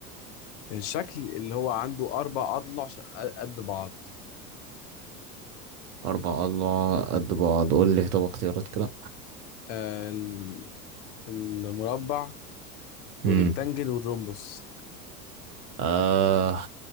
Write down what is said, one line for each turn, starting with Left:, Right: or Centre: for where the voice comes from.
Left: الشكل اللي هو عنده أربع أضلع ش- قد بعض
Right: أربعة الله قد بعض قول لي طب اختيارات كده
Left: آه ال- المربع والريكتانجل
Right: امم
Left: والرومبوس
Right: آه